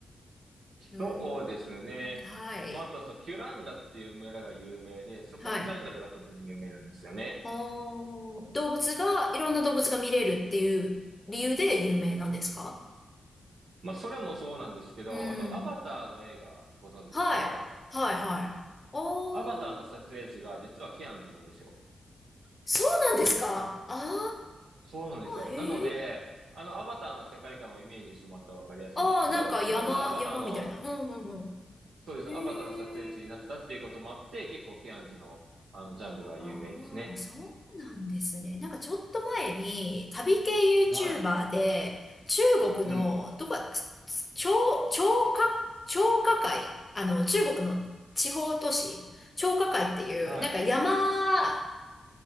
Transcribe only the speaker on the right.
そうですね。
まあ、あとそう、キュランダっていう村が有名で、そこのジャングルが特に有名なんですよね。
まあ、それもそうなんですけど、
あと、アバターの映画、ご存知です、
アバター。
アバターの撮影地が実はケアンズなんですよ。
そうなんですよ。
なので、あの、アバターの世界観をイメージしてもらったらわかりやすいんですけど、
まあ、そのアバターの、
そうです、
アバターの撮影地になったっていうこともあって、結構ケアンズの、あの、ジャングルは有名ですね。
は
い。うん。
はい。